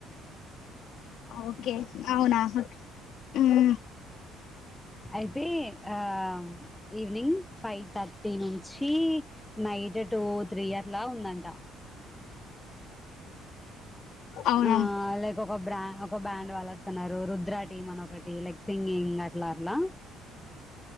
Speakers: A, on the left; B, in the centre.
A: ఓకే అవునా మ్
B: అయితే ఆ ఈవినింగ్ ఫైవ్ థర్టీ నుంచి నైట్ టు త్రీ అట్ల ఉందంట
A: అవునా
B: ఆ లైక్ ఒక బ్రా ఒక బ్రాండ్ వాళ్ళు వస్తున్నారు రుద్ర టీమ్ అని ఒక బటి లైక్ సింగింగ్ అట్లా అట్లా